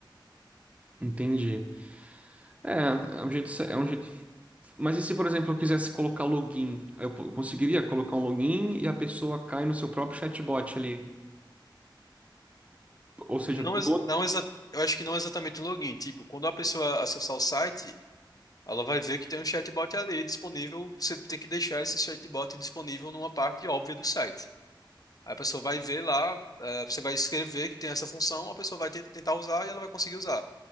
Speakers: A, on the right; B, on the left.
A: Entendi. É, é um jeito, ce- é um jeito. Mas e se, por exemplo, eu quisesse colocar login? Eu po- conseguiria colocar um login e a pessoa cai no seu próprio chatbot ali. Ou seja,
B: Não,
A: do...
B: ex- não exa- eu acho que não é exatamente o login. Tipo, quando a pessoa acessar o site. Ela vai ver que tem um chatbot ali disponível. Você tem que deixar esse chatbot disponível numa parte óbvia do site. Aí a pessoa vai ver lá, eh, você vai escrever que tem essa função, a pessoa vai ten- tentar usar e ela vai conseguir usar.